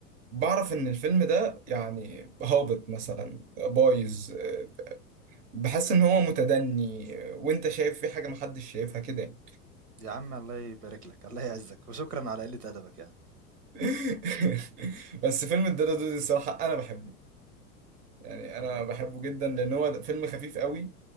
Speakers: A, on the right; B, on the right.
A: بعرف ان الفيلم ده يعني هابط مثلا بايظ آه، بحس ان هو متدني آه، وانت شايف في حاجه محدش شايفها كده يعني.
B: يا عم الله يبارك لك الله يعزك وشكرا على قلة ادبك يعني
A: <laughs> بس فيلم الدادا دودي الصراحه انا بحبه يعني انا
B: آه
A: بحبه جدا لان هو فيلم خفيف قوي